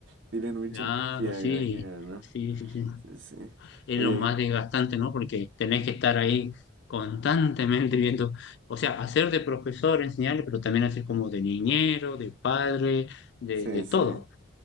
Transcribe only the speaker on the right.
tienen mucha
energía,
me imagino, ¿no?
Sí, sí.
Oye,
sí,
sí,